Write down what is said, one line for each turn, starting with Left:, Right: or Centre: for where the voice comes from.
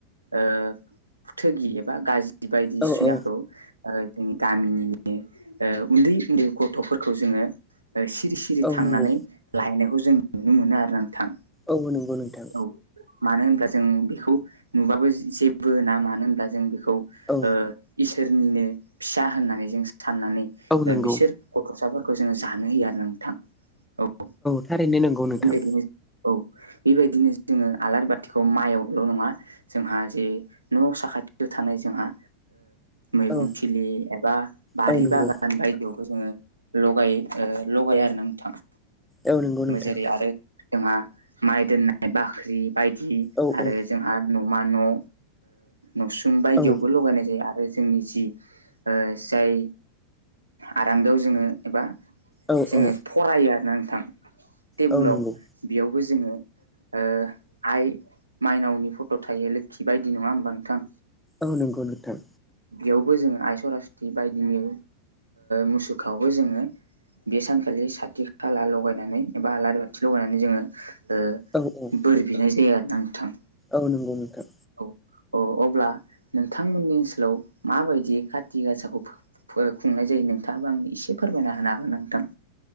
Right: ओ थोगि एबा गाजि बायदिसिनाखौ
Centre: औ औ
Right: ओ जोंनि गामिनि ओ उन्दै उन्दै गथ'फोरखौ जोङो ओ सिरि सि रि
Centre: औ
Right: थांनानै
Centre: नंगौ
Right: लाहायनायखौ जों नुनो मोनो आरोना नोंथां।
Centre: औ नंगौ नोंथां
Right: औ मानो होनब्ला जों बेखौ नुबाबो जेबो होना मानो होनब्ला जों बेखौ
Centre: औ
Right: ओ इसोरनिनो फिसा होननानै जों साननानै
Centre: औ
Right: ओ
Centre: नंगौ
Right: बिसोर गथ'साफोरखौ जोङो जानो होयो आरो नोंथां औ बेबायदिनो
Centre: थारैनो नंगौ नोंथां
Right: औ बेबायदिनो जोङो आलारि बाथिखौ माइआवल' नङा जोंहा जे न' साखाथियाव थानाय जोंहा मैगं
Centre: औ
Right: थिलि एबा बारि
Centre: औ नंगौ
Right: बागान बायदियाव जोङो लगाय लगायो आरोना नोंथां।
Centre: औ नंगौ नोंथां
Right: जेरै आरो जोंहा माइ दोननाय बाख्रि बायदि
Centre: औ
Right: आरो
Centre: औ
Right: जोंहा न'मा न' ओ नुसुं बायदियावबो
Centre: औ
Right: लगायनाय जायो आरो जोंनि जि ओ जाय आरांगायाव जोङो एबा
Centre: औ
Right: जोङो
Centre: औ
Right: फरायो आरोना नोंथां टेबुलाव
Centre: औ नंगौ
Right: बेयावबो जोङो ओ आइ माइनावनि फट' थायो लोक्षि बायदि नङा ओमबा नोंथां
Centre: औ नंगौ नोंथां।
Right: बेयावबो जोङो आइ सरस्वती बायदिनि मुसुखायावबो जोङो बे सानखालि साथि खाला लगायनानै एबा आलारि बाथि लगायनानै जोङो ओ
Centre: औ औ
Right: बोर बिनाय जायो आरोना नोंथां
Centre: औ नंगौ नोंथां
Right: औ औ अब्ला नोंथांमोननि ओनसोलाव माबायदि खाथि गासाखौ फा फो खुंनाय जायो नोंथाङाबो आंनो एसे फोरमायना होनो हागोन नोंथां